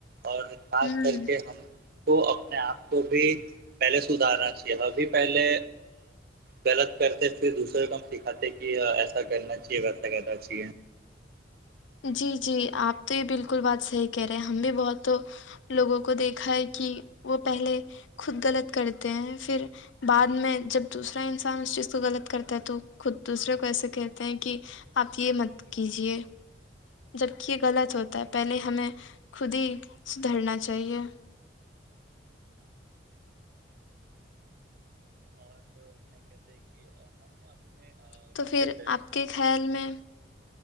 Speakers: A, on the right; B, on the left.
A: اور خاص
B: ہوں
A: کر کے ہم تو اپنے آپ کو بھی پہلے سدھارنا چاہیے ابھی پہلے غلط کرتے پھر دوسرے کو ہم سکھاتے کہ ایسا کرنا چاہیے ویسا کرنا چاہیے
B: جی جی آپ تو یہ بالکل بات صحیح کہہ رہے ہیں ہم بھی وہ تو لوگوں کو دیکھا ہے کہ وہ پہلے خود غلط کرتے ہیں پھر بعد میں جب دوسرا انسان اس چیز کو غلط کرتا ہے تو خود دوسرے کو ایسے کہتے ہیں کہ آپ یہ مت کیجیے جب کہ یہ غلط ہوتا ہے پہلے ہمیں خود ہی سدھرنا چاہیے
A: اور کیا کہتے کہ آ ہمیں اب اپنے
B: تو
A: کیا
B: پھر
A: کہتے ہیں
B: آپ کے خیال میں